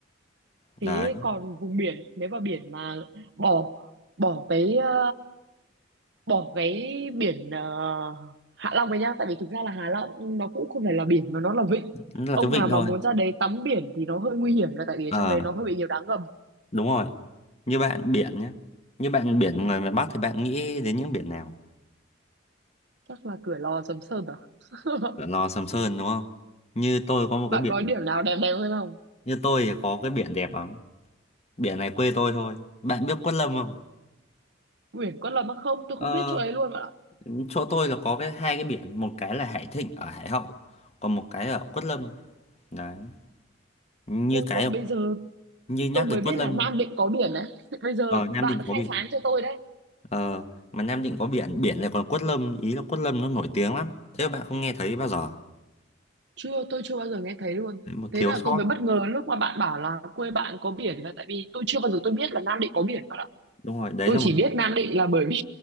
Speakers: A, on the left; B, on the right.
A: Đấy,
B: Thế còn vùng biển nếu mà biển mà bỏ bỏ tới ờ, bỏ cái biển ờ, Hạ Long này nhá tại vì thực ra là Hạ Long nó cũng không phải là biển mà nó là vịnh
A: nó là
B: ông
A: cái vịnh
B: nào mà
A: thôi.
B: muốn ra đấy tắm biển thì nó hơi nguy hiểm là tại vì ở
A: Ờ
B: trong đấy nó hơi bị nhiều đá ngầm
A: Đúng rồi. Như bạn biển nhé. Như bạn biển người miền Bắc thì bạn nghĩ đến những biển nào?
B: chắc là Cửa Lò Sầm Sơn à
A: Là
B: <laughs>
A: Lò Sầm Sơn đúng không? Như tôi có một cái
B: bạn
A: biển,
B: có điểm nào đẹp đẹp hơn không
A: như tôi thì có cái biển đẹp lắm. Biển này quê tôi thôi. Bạn biết Quất Lâm không?
B: biển Quất Lâm á? không tôi
A: Ờ,
B: không biết chỗ ấy luôn bạn ạ
A: chỗ tôi là có cái hai cái biển, một cái là Hải Thịnh ở Hải Hậu, còn một cái ở Quất Lâm. Đấy. Như
B: ô
A: cái
B: nhưng mà bây giờ
A: như nhắc
B: tôi mới
A: đến
B: biết
A: Quất Lâm
B: là Nam Định có biển đấy <laughs> bây giờ
A: ở Nam
B: bạn
A: Định có
B: khai
A: biển.
B: sáng cho tôi đấy
A: Ờ, mà Nam Định có biển, biển lại còn Quất Lâm, ý là Quất Lâm nó nổi tiếng lắm. Thế mà bạn không nghe thấy bao giờ.
B: chưa tôi chưa bao giờ nghe thấy luôn
A: Đấy, một
B: thế
A: thiếu
B: là
A: sót.
B: tôi mới bất ngờ lúc mà bạn bảo là quê bạn có biển là tại vì tôi chưa bao giờ tôi biết là Nam Định có biển bạn ạ
A: Đúng rồi, đấy
B: tôi
A: là một
B: chỉ biết Nam Định là bởi vì